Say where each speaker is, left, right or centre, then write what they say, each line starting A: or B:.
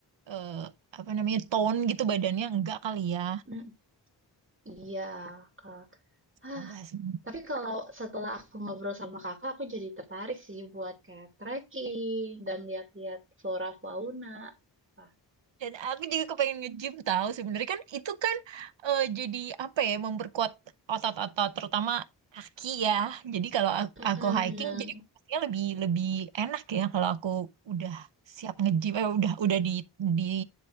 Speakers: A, on the right; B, on the right.
A: eh, apa namanya tone gitu badannya enggak kali ya.
B: Mm, iya, Kak. Ah,
A: Oh, enggak sih.
B: Tapi kalau setelah aku ngobrol sama kakak, aku jadi tertarik sih buat kayak trekking dan lihat-lihat flora fauna. Wah,
A: Dan aku juga kepengen nge-gym tahu sebenarnya kan itu kan eh, jadi apa ya memperkuat otot-otot terutama kaki ya. Jadi kalau aku,
B: Mm-mm.
A: aku hiking jadi pastinya lebih lebih enak ya kalau aku udah siap nge-gym eh, udah udah di di